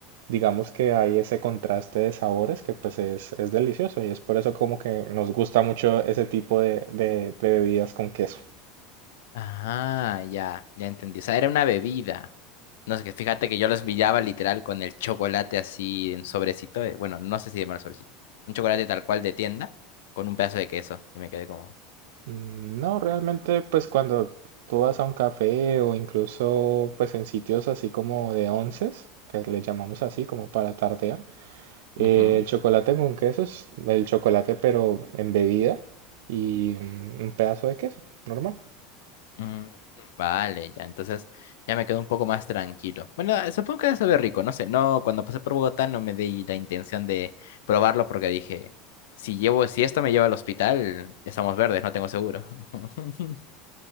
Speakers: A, on the right; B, on the left.
A: digamos que hay ese contraste de sabores que pues es, es delicioso y es por eso como que nos gusta mucho ese tipo de, de- de bebidas con queso.
B: Ah, ya, ya entendí. O sea, era una bebida. No sé, que fíjate que yo los pillaba literal con el chocolate así en sobrecito. eh, Bueno, no sé si llamarlo sobrecito. Un chocolate tal cual de tienda con un pedazo de queso y me quedé como...
A: Mm, No, realmente pues cuando tú vas a un café o incluso pues en sitios así como de onces, que le llamamos así como para tardear, eh,
B: ujú.
A: el chocolate con queso es el chocolate pero en bebida y mm, un pedazo de queso, normal.
B: Mm, Vale, ya, entonces ya me quedo un poco más tranquilo. Bueno, eh, supongo que debe saber rico, no sé, no, cuando pasé por Bogotá no me di la intención de probarlo porque dije, si llevo, si esto me lleva al hospital, estamos verdes, no tengo seguro. <laughs>